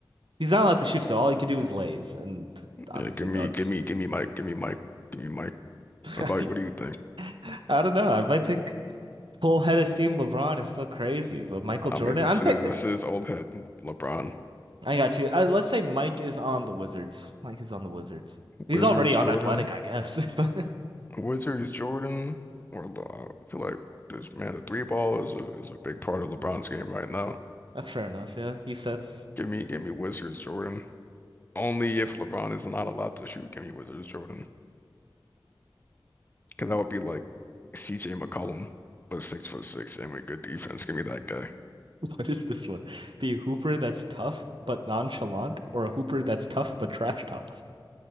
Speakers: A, on the right; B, on the left.
A: He's not allowed to shoot, so all he could do is lays and obviously
B: Yeah, give
A: ducks.
B: me, give me, give me Mike, give me Mike, give me Mike.
A: <laughs>
B: What about what do you think?
A: I don't know. I might take full head of steam. LeBron is still crazy, but Michael
B: I
A: Jordan,
B: mean, this
A: I'm. pick-
B: is this is old head LeBron.
A: I got you. I, let's say Mike is on the Wizards. Mike is on the Wizards. He's
B: Wizards
A: already on
B: Jordan,
A: Athletic, I guess. <laughs> But
B: Wizards Jordan, or Le- I feel like this man, the three ball is a is a big part of LeBron's game right now.
A: that's fair enough. Yeah, he sets.
B: Give me give me Wizards Jordan. Only if LeBron is not allowed to shoot, give me Wizards Jordan. Because that would be like CJ McCollum, but six foot six and with good defense. Give me that guy.
A: <laughs> What is this one? Be a hooper that's tough but nonchalant, or a hooper that's tough but trash talks.